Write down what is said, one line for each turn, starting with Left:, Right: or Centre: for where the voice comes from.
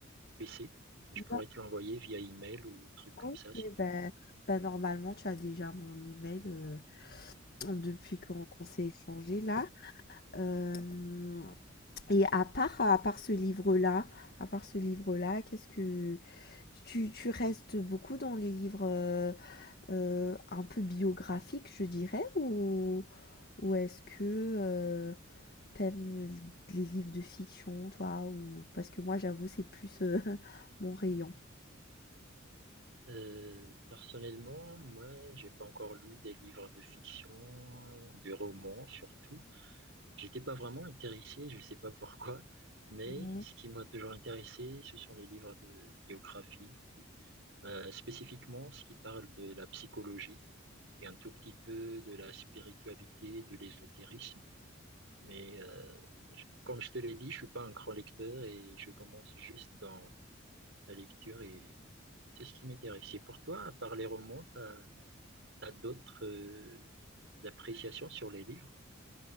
Right: PC. Je pourrais
Left: Bah,
Right: te l'envoyer via email ou truc comme
Left: OK,
Right: ça si tu
Left: bah
Right: veux.
Left: bah, normalement, tu as déjà mon email, heu, depuis qu'on qu'on s'est échangé là. Hem et à part à part ce livre-là à part ce livre-là, qu'est-ce que tu tu restes beaucoup dans les livres, heu heu, un peu biographiques, je dirais? Ou ou est-ce que, euh, T'aimes les livres de fiction, toi, ou parce que moi, j'avoue, c'est plus euh, <laughs> mon rayon.
Right: Euh, personnellement, moi, j'ai pas encore lu des livres de fiction, euh, de romans surtout. J'étais pas vraiment intéressé, je sais pas pourquoi, mais
Left: Ouais.
Right: ce qui m'a toujours intéressé, ce sont les livres de biographie, euh, spécifiquement ce qui parle de la psychologie et un tout petit peu de la spiritualité, de l'ésotérisme. Mais euh, je- comme je te l'ai dit, je suis pas un grand lecteur et je commence juste dans la lecture et c'est ce qui m'intéresse. Et pour toi, à part les romans, t'as, t'as d'autres euh, appréciations sur les livres?